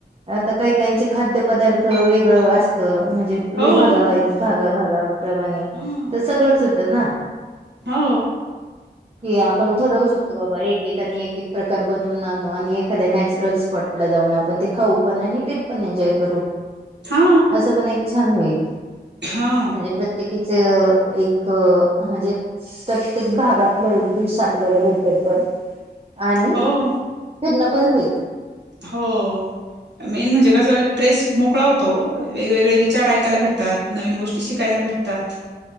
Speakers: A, on the right; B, on the right.
A: आता काही काहीचे खाद्य पदार्थ वेगळं अस ध म्हणजे
B: हो
A: विभागावाईज
B: हो
A: भागाभागाप्रमाणे
B: हं.
A: तर सगळंच होतं ना.
B: हो
A: की आपण ठरवू शकतो. बाबा एक एकाने एक एक. प्रकार बनवून आणू आणि एखाद्या नॅचरलस. स्पॉट ला जाऊन आपण ते खाऊ पण आणि ट्रिप एन्जॉय करू.
B: हा
A: असं पण एक छान होईल.
B: हा
A: म्हणजे प्रत्य <unintelligible> एक म्हणजे. प्रत्येक भागातलं एक डिश आपल्याला भेटेल पण. आणि
B: हो
A: फिरणं पण होईल. ‌
B: हो. मेन म्हणजे कसं ट्रेस मोकळा होतो. वेगवेगळे विचार ऐकायला भेटतात नवीन गोष्टी शिकायला भेट तात